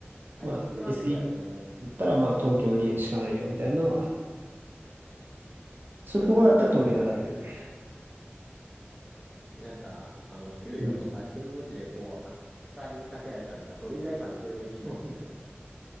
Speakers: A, in the centre; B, on the right.
A: IT
B: まあ、
A: 系はね、
B: SE
A: どうやっても、
B: だったら、まあ、東京にしかないよみたいなのはある、そういうところだったら東京で働けるね。
A: えなんか、あの、給与とさ、
B: うん。
A: 勤務地でこう、はっかりにかけられたら、なんか、どれぐらいまで給与できるもんなの